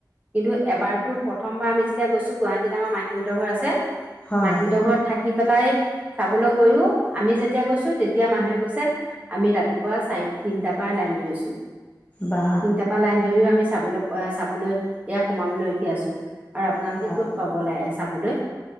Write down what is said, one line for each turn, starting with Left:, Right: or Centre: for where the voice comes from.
Right: কিন্তু এবাৰতো প্ৰথমবাৰ আমি যেতিয়া গৈছো গুৱাহাটীত আমাৰ মাহীহঁতৰ ঘৰ আছে।
Left: হয়
Right: মাহীঁতৰ ঘৰত থাকি পেলাই চাবলৈ গৈও আমি যেতিয়া গৈছো তেতিয়া মানুহে কৈছে আমি ৰাতিপুৱা চাইত তিনটা পা লাইন ধৰিছো।
Left: বা
Right: তিনটা পা লাইন ধৰিও আমি চাবলৈ চাবলৈ এয়া সোমাবলৈ ৰখি আছো। আৰু আপোনালোকে
Left: হয়
Right: ক'ত পাব ল চাবলৈ